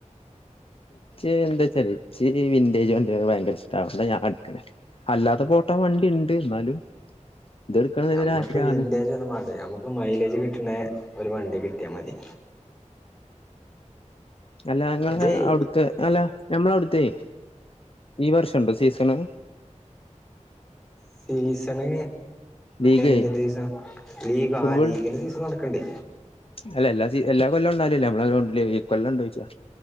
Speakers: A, on the left; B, in the centre.
A: എന്താച്ചേല് ഇച്ചിരി വിന്റെജ് വണ്ടി <unintelligible> <unintelligible> ഞാൻ അടിക്കണ് അല്ലാതെ ഇപ്പോ ഓട്ടാൻ വണ്ടിയുണ്ട് എന്നാലും ഇത് എടുക്കണം
B: ഞമ്മക്ക്
A: എന്നൊരു ആഗ്രഹാണ്
B: വിന്റെജ് ഒന്നും വേണ്ട ഞമ്മക്ക് മൈലേജ് കിട്ടണ ഒരു വണ്ടി കിട്ടിയാമതി
A: അല്ലാ ഇങ്ങള്
B: ജയ്
A: അവിടുത്തെ അല്ലാ ഞമ്മളെ അവിടുത്തെയെ ഈ വർഷം ഇണ്ടോ സീസണ്
B: സീസണ്
A: ലീഗേ
B: എന്ത് സീസൺ ലീഗാ
A: ഫുട്ബോൾ
B: ലീഗിന്റെ സീസൺ നടക്കിൻണ്ട്
A: അല്ല എല്ലാ എല്ലാ കൊല്ലവും ഇണ്ടാവലില്ല ഞമ്മള് ഗ്രൗണ്ടില് ഈ കൊല്ലം ഇണ്ടോ ചോദിച്ചതാ